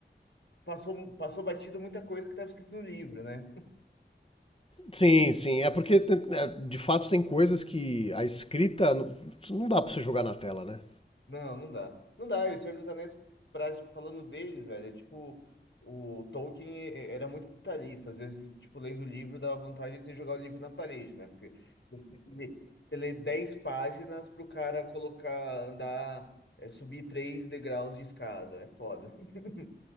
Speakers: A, on the left (about 80°); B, on the left (about 30°).
A: passou, passou batido muita coisa que estava escrito no livro, né?
B: Sim, sim. É porque, tem- é, de fato, tem coisas que a escrita não não dá pra você jogar na tela, né?
A: Não, não dá. Não dá, e o Senhor dos Anéis, pra, falando deles, velho, é tipo, o Tolkien e- era muito detalhista, às vezes, tipo, lendo o livro dava vontade de você jogar o livro na parede, né? Porque você lê, você lê 10 páginas pro cara colocar, andar, é, subir três degraus de escada, é foda. <laughs>